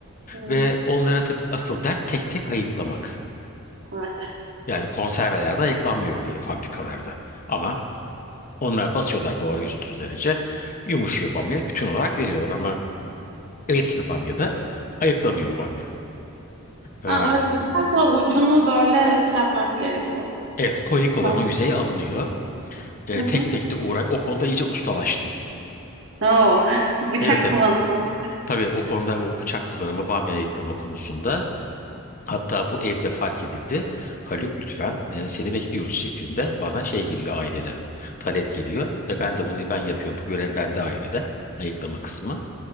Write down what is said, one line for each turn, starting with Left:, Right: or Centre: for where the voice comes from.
Right: Hmm,
Left: Ve onlara tabii asıl dert tek tek ayıklamak.
Right: Evet.
Left: Yani konservelerde ayıklanmıyor örneğin fabrikalarda. Ama onlar basıyorlar buhara 130 derece. Yumuşuyor bamya. Bütün olarak veriyorlar ama ev tipi bamyada ayıklanıyor bu bamya. Ee,
Right: Ha, evet bıçakla ucunu böyle şey yapmak gerekiyor.
Left: evet konik olan
Right: Ha,
Left: o yüzey alınıyor. Ee,
Right: Hı hı.
Left: tek tek de uğray. O konuda iyice ustalaştım.
Right: Oo, <laughs> bıçak
Left: Evet evet.
Right: kullanımı.
Left: Tabii o konuda o bıçak kullanımı bamya ayıklama konusunda hatta bu evde fark edildi. Haluk lütfen e, seni bekliyoruz şeklinde bana şey geliyor ailede. Talep geliyor ve ben de bunu ben yapıyorum. Bu görev bende ailede ayıklama kısmı.